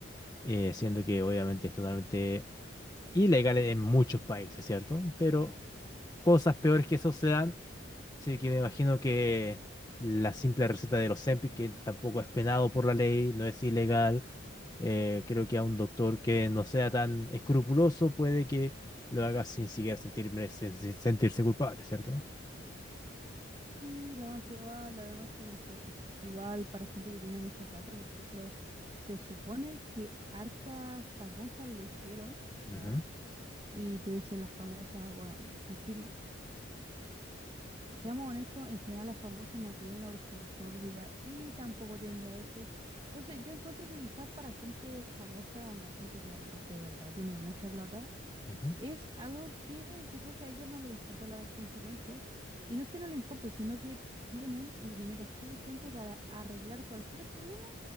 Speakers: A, on the left (about 20°); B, on the right (about 25°).
A: eh, siendo que obviamente es totalmente ilegal en muchos países, ¿cierto? Pero cosas peores que eso se dan, así que me imagino que la simple receta de los Ozempic, que tampoco es penado por la ley, no es ilegal, eh, creo que a un doctor que no sea tan escrupuloso puede que lo haga sin siquiera sentirme- sen- sen- sentirse culpable, cierto
B: Sí, lo más probable, además que no sé, po, igual para gente que tiene mucha plata, por ejemplo, se supone que hartas famosas lo hicieron, ¿ya?
A: Ujú,
B: Y tú dices las famosas, bueno, difícil. Seamos honestos, en general las famosas no tienen obesidad mórbida y tampoco tienen diabetes. Entonces yo encuentro que quizás para gente famosa, onda gente que r- de verdad tiene mucha plata,
A: ujú.
B: es algo que yo creo que a ellos no les importan las consecuencias. Y no es que no les importe, sino que tienen el dinero suficiente para arreglar cualquier problema